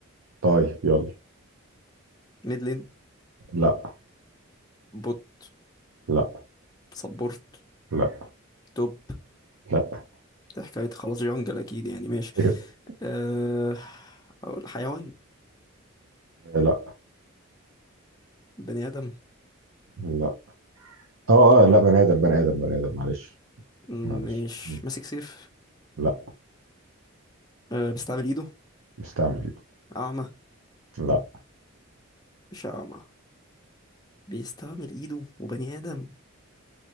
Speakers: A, on the right; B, on the left.
A: طيب يلا
B: ميدلين
A: لا
B: بوت
A: لا
B: سبورت
A: لا
B: توب
A: لا
B: ده حكاية خلاص جونجل اكيد يعني ماشي
A: <laughs>
B: أه... اقول حيوان
A: لا
B: بني ادم
A: لا اه
B: ولا
A: اه لا بني ادم بني ادم بني ادم معلش
B: مم،
A: معلش
B: مش
A: مم.
B: ماسك سيف
A: لا
B: أه... بيستعمل ايده
A: مستعمل
B: اعمى
A: لا
B: مش اعمى بيستعمل ايده وبني ادم